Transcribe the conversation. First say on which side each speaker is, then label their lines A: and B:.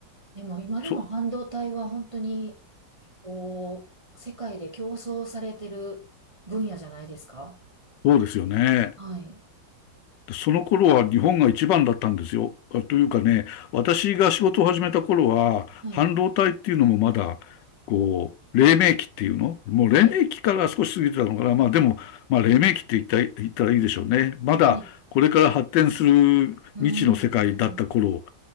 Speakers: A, on the right (about 35°); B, on the left (about 80°).
A: でも今でも半導体は本当に、
B: そ、
A: こう、世界で競争されてる分野じゃないですか
B: そうですよね。
A: はい。
B: その頃は日本が一番だったんですよ。あというかね、私が仕事を始めた頃は、
A: はい。
B: 半導体っていうのもまだ、こう、黎明期っていうのもう黎明期から少し過ぎてたのかなまあでも、
A: はい。
B: まあ黎明期って言ったら言ったらいいでしょうね。まだこれから発展する未知の世界だった頃
A: はい。うーん。